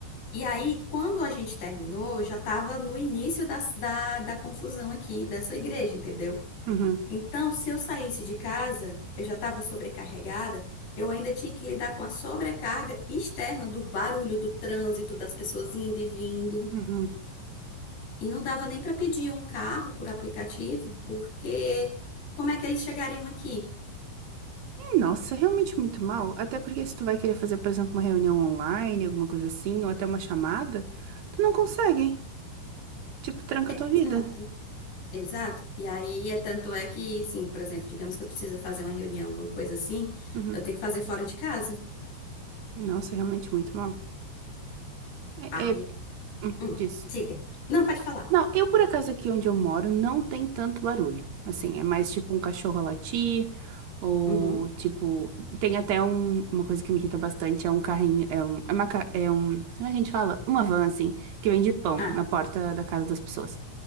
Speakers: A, on the left; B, on the right.
A: E aí, quando a gente terminou, eu já estava no início da, da, da confusão aqui dessa igreja, entendeu?
B: uhum,
A: Então, se eu saísse de casa, eu já estava sobrecarregada, eu ainda tinha que lidar com a sobrecarga externa do barulho, do trânsito, das pessoas indo e vindo.
B: uhum.
A: E não dava nem para pedir um carro por aplicativo, porque como é que eles chegariam aqui?
B: Hum, Nossa, é realmente muito mal. Até porque se tu vai querer fazer, por exemplo, uma reunião online, alguma coisa assim, ou até uma chamada, tu não consegue. Tipo, tranca
A: Exato.
B: a tua vida.
A: Exato. E aí, é tanto é que, sim, por exemplo, digamos que eu preciso fazer uma reunião, alguma coisa assim,
B: Uhum.
A: eu tenho que fazer fora de casa.
B: Nossa, é realmente muito mal. É,
A: Ai,
B: é,
A: hum,
B: diz.
A: diga. Não, pode falar.
B: Não, eu por acaso aqui onde eu moro não tem tanto barulho. Assim, é mais tipo um cachorro a latir, ou
A: Uhum.
B: tipo. Tem até um, uma coisa que me irrita bastante: é um carrinho. É, um, é, uma, ca- é um. Como é que a gente fala? Uma van, assim, que vende pão
A: Ah,
B: na porta da casa das pessoas.